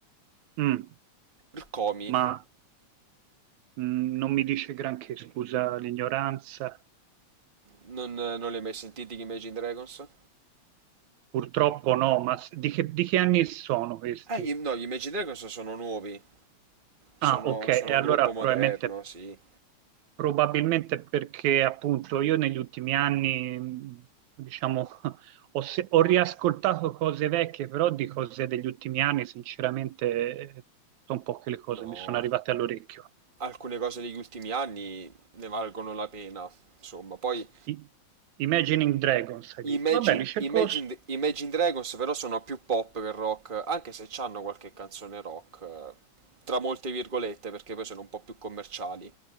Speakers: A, on the right (about 80°); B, on the right (about 25°).
A: Mm,
B: Rcomi,
A: ma mm, non mi dice granché, scusa l'ignoranza.
B: non, non li hai mai sentiti gli Imagine Dragons?
A: Purtroppo no, ma s- di che, di che anni sono questi?
B: Ah, gli- no, gli Imagine Dragons sono nuovi, sono,
A: Ah, ok,
B: sono
A: e
B: un
A: allora
B: gruppo
A: probabilmente,
B: moderno, sì.
A: probabilmente perché appunto io negli ultimi anni, mm, diciamo, <laughs> ho, se- ho riascoltato cose vecchie, però di cose degli ultimi anni, sinceramente, eh, sono poche le cose
B: No.
A: mi sono arrivate all'orecchio.
B: alcune cose degli ultimi anni ne valgono la pena. Insomma, poi
A: I- Imagining Dragons, hai
B: Imagine,
A: detto. Vabbè, li cerco,
B: Imagine,
A: s-
B: Imagine Dragons però sono più pop che rock, anche se hanno qualche canzone rock, eh, tra molte virgolette, perché poi sono un po' più commerciali.